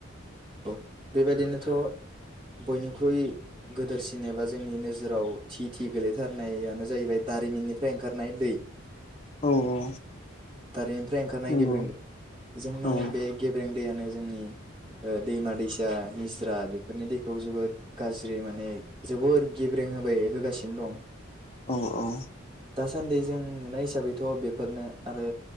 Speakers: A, on the right; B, on the left.
A: औ बेबायदिनोथ' बयनिख्रुइ गोदोरसिन एबा जोंनि नोजोराव थि-थि गोलैथारनायानो जाहैबाय दारिमिननिफ्राय ओंखार नाय दै
B: औ औ
A: थारैनिफ्राय ओंखारनाय
B: नंगौ
A: गेब्रें दै जोंनि
B: औ
A: बे गेबें उदैयानो जोंनि दैमा दैसा निस्रा बेफोरनि दैखौ जोबोर गाज्रि माने जोबोर गेब्रें होबाय होगासिनो दं
B: औ-औ
A: दासान्दि जों नुनाय हिसाबैथ बेफोरनो आरो